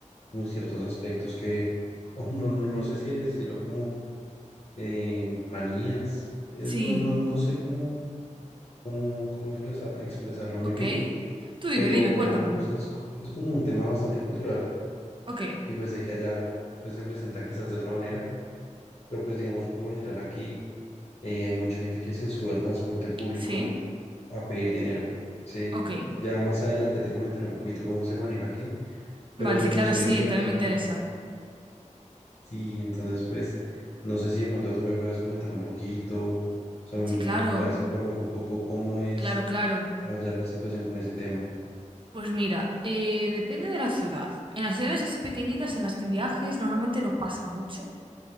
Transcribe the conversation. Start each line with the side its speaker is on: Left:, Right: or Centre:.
Left: como en ciertos aspectos que, <laughs> o no, no no sé si decirlo como eh, manías, es,
Right: Sí,
Left: no, no, no sé cómo, cómo, cómo expresar- expresarlo muy
Right: ok.
Left: bien,
Right: Tú dime,
Left: pero,
Right: dime,
Left: o
Right: cuéntame.
Left: sea, es, es como un tema bastante cultural
Right: Ok,
Left: y pues de que allá pues, se presenta quizás de otra manera Pero pues digamos, por lo general aquí eh, hay mucha gente que se sube al transporte público
Right: sí,
Left: a pedir dinero, ¿sí?
Right: ok.
Left: Ya más adelante te comentaré un poquito cómo se maneja aquí, pero
Right: Vale, sí,
Left: me
Right: claro,
Left: gustaría
Right: sí,
Left: saber
Right: también
Left: cómo,
Right: me interesa.
Left: sí, entonces pues no sé si de pronto tú me puedas comentar un poquito, o sea, m-
Right: Sí, claro,
Left: me puedas informar un poco cómo es
Right: claro, claro.
Left: allá la situación con ese tema.
Right: Pues mira, eh, depende de la ciudad. En las ciudades así pequeñitas en las que viajes normalmente no pasa mucho.